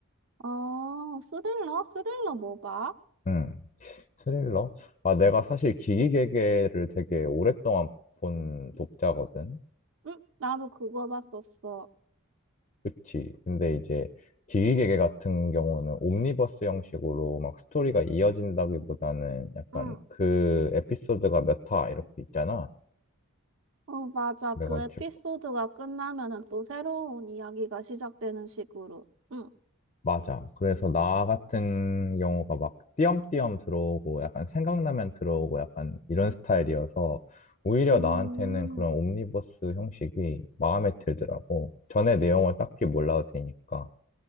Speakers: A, on the right; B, on the left.
A: 어, 스릴러? 스릴러 뭐 봐?
B: 응. 스릴러? 아, 내가 사실 기기개개를 되게 오랫동안 본 독자거든.
A: 응? 나도 그거 봤었어.
B: 그치. 근데 이제 기기개개 같은 경우는 옴니버스 형식으로 막 스토리가 이어진다기보다는 약간
A: 응.
B: 그 에피소드가 몇 화 이렇게 있잖아.
A: 어, 맞아. 그
B: 그래가지고.
A: 에피소드가 끝나면은 또 새로운 이야기가 시작되는 식으로. 응.
B: 맞아. 그래서 나 같은 경우가 막 띄엄띄엄 들어오고 약간 생각나면 들어오고 약간 이런 스타일이어서 오히려
A: 음,
B: 나한테는 그런 옴니버스 형식이 마음에 들더라고. 전에 내용을 딱히 몰라도 되니까.